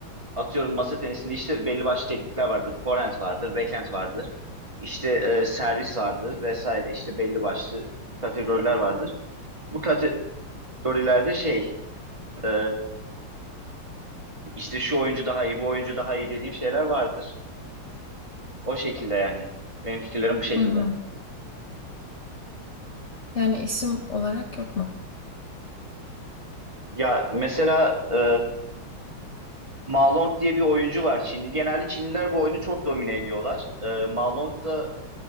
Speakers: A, on the right; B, on the left.
A: atıyorum masa tenisinde işte belli başlı teknikler vardır. Forehand vardır, backhand vardır. İşte e, servis vardır vesaire işte belli başlı kategoriler vardır. Bu kategorilerde şey e, işte şu oyuncu daha iyi, bu oyuncu daha iyi dediğim şeyler vardır. O şekilde yani. Benim fikirlerim bu şekilde.
B: Hı hı. Yani isim olarak yok mu?
A: Ya mesela e, Ma Long diye bir oyuncu var Çinli. Genelde Çinliler bu oyunu çok domine ediyorlar. E, Ma Long da